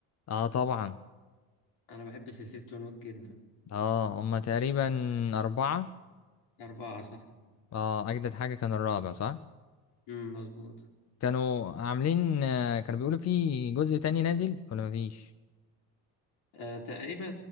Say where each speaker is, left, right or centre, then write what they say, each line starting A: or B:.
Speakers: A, on the left; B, on the left.
A: اه طبعا
B: أنا بحب سلسلة جون ويك جدا
A: اه هما تقريبا اربعه
B: أربعة صح؟
A: اه اجدد حاجه كان الرابع صح
B: امم مظبوط
A: كانوا عاملين آه، كانوا بيقولوا في جزء تاني نازل ولا مفيش
B: آه، تقريبا